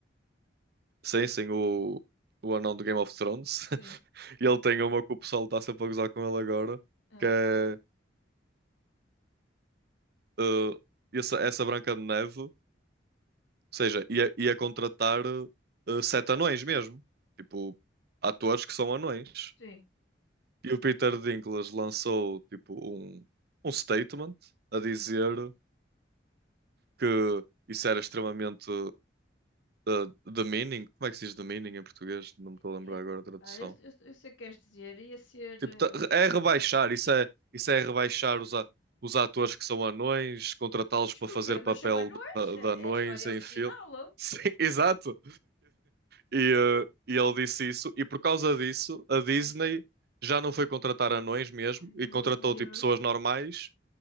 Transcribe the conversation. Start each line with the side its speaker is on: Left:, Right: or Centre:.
Right: Sim, sim, o, o anão do Game of Thrones.
Left: Sim.
Right: <laughs> E ele tem uma que o pessoal está sempre a gozar com ele agora,
Left: Ah,
Right: que é eh, essa, essa Branca de Neve, ou seja, ia, ia contratar eh, sete anões mesmo, tipo, atores que são anões.
Left: sim.
Right: E o Peter Dinklage lançou, tipo, um, um statement a
Left: Sim.
Right: dizer que isso era extremamente eh, demeaning. Como é que se diz demeaning em português? Não me estou
Left: E-
Right: a lembrar agora a tradução.
Left: ah, eu, eu, eu sei o que queres dizer. Ia ser...
Right: Tipo,
Left: eh,
Right: tá- é rebaixar, isso é, isso é rebaixar os, a- os atores que são anões, contratá-los
Left: Mas
Right: para
Left: porquê?
Right: fazer papel
Left: Mas são anões?
Right: de,
Left: É
Right: de anões
Left: é a história
Right: em
Left: original.
Right: filme. <laughs> Sim, exato. E, eh, e ele disse isso, e por causa disso, a Disney
Left: Ah,
Right: já não foi contratar anões mesmo,
Left: ai, meu
Right: e contratou
Left: Deus.
Right: tipo, pessoas normais